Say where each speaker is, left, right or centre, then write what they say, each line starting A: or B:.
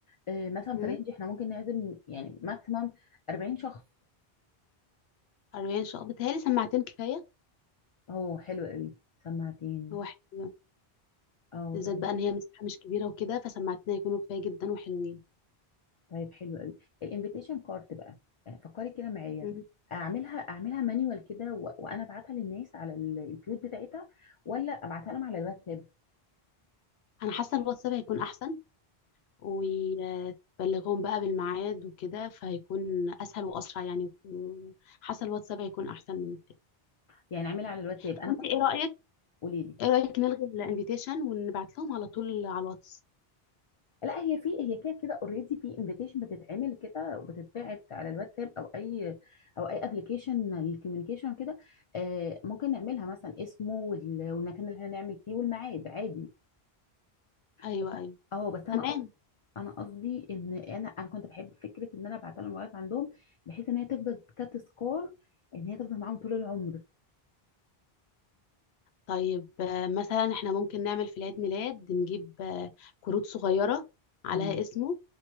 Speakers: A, on the left (about 45°); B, on the left (about 80°).
A: آه، مثلا
B: امم
A: في رينج احنا ممكن نعزم يعني ماكسيمم 40 شخص
B: 40 شقة بتهيألي سماعتين كفاية
A: اه حلو قوي سماعتين
B: هو حلو
A: اه
B: بالذات
A: طيب
B: بقى إن هي مساحة مش كبيرة وكده فسماعتين هيكونوا كفاية جدا وحلوين
A: طيب حلو قوي الانفيتيشن كارت بقى آه، فكري كده معايا
B: مم.
A: اعملها اعملها مانيوال كده و- وانا ابعتها للناس على ال- البيوت بتاعتها ولا ابعتها لهم على الواتساب
B: أنا حاسة الواتساب هيكون أحسن وتبلغهم بقى بالميعاد وكده فهيكون اسهل واسرع يعني حاسه الواتساب هيكون احسن من التاني
A: يعني اعملها على الواتساب
B: طب
A: انا
B: انت
A: كنت
B: ايه رايك
A: قولي لي
B: ايه رايك نلغي الانفيتيشن ونبعت لهم على طول على الواتس
A: لا هي في هي كده كده اوريدي في انفيتيشن بتتعمل كده وبتتبعت على الواتساب او اي او اي ابلكيشن للكوميونيكيشن كده آه ممكن نعملها مثلا اسمه وال- والمكان اللي احنا نعمل فيه والميعاد عادي
B: ايوه
A: بس أنا-
B: ايوه
A: اه بس انا
B: تمام
A: قصدي انا قصدي ان انا انا كنت بحب فكره ان انا ابعت لهم الموبايلات عندهم بحيث ان هي تفضل كتذكار ان هي تفضل معاهم طول العمر
B: طيب آه، مثلا احنا ممكن نعمل في العيد ميلاد نجيب آه، كروت صغيره عليها
A: تمام
B: اسمه